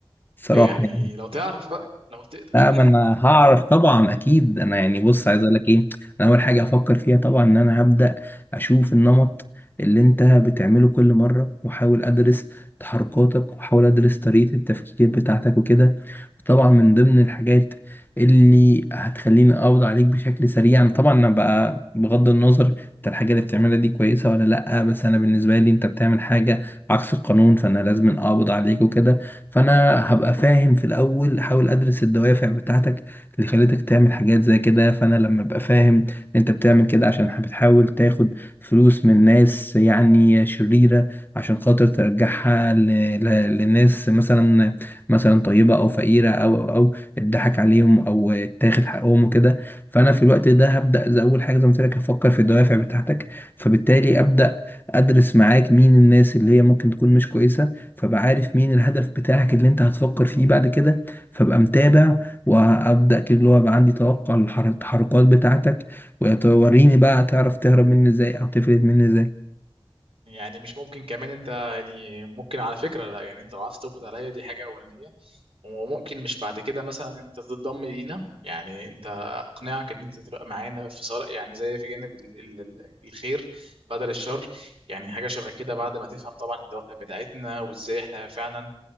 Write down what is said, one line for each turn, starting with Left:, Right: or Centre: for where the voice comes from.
Left: صراحة
Right: يعني
Left: يعني
Right: لو تعرف بقى لو تقدر
Left: لا
Right: <laughs>
Left: ما انا هعرف طبعا اكيد انا يعني بص عايز اقول لك ايه انا اول حاجة هفكر فيها طبعا ان انا هبدأ اشوف النمط اللي انت بتعمله كل مرة واحاول ادرس تحركاتك واحاول ادرس طريقة التفكير بتاعتك وكده وطبعا من ضمن الحاجات اللي هتخليني اقبض عليك بشكل سريع أنا طبعا انا بقى بغض النظر انت الحاجة اللي بتعملها دي كويسة ولا لا بس انا بالنسبة لي انت بتعمل حاجة عكس القانون فانا لازم اقبض عليك وكده فانا هبقى فاهم في الاول احاول ادرس الدوافع بتاعتك اللي خلتك تعمل حاجات زي كده فانا لما ابقى فاهم انت بتعمل كده عشان بتحاول تاخد فلوس من ناس يعني شريرة عشان خاطر ترجعها ل... ل... لناس مثلا مثلا طيبة او فقيرة او او اتضحك عليهم او اتاخد حقهم وكده فانا في الوقت ده هبدا زي اول حاجه زي ما قلت لك هفكر في الدوافع بتاعتك فبالتالي ابدا ادرس معاك مين الناس اللي هي ممكن تكون مش كويسة فبقى عارف مين الهدف بتاعك اللي انت هتفكر فيه بعد كده فبقى متابع وابدا كده اللي هو بقى عندي توقع للتحركات بتاعتك وتوريني بقى تعرف تهرب مني ازاي او تفلت مني ازاي
Right: يعني مش ممكن كمان انت يعني ممكن على فكره لا يعني انت لو عرفت تقبض عليا دي حاجه اولانيه وممكن مش بعد كده مثلا انت تتضم لينا يعني انت اقنعك ان انت تبقى معانا في صالح يعني زي في جانب ال ال ال- الخير بدل الشر يعني حاجه شبه كده بعد ما تفهم طبعا الدوافع بتاعتنا وازاي احنا فعلا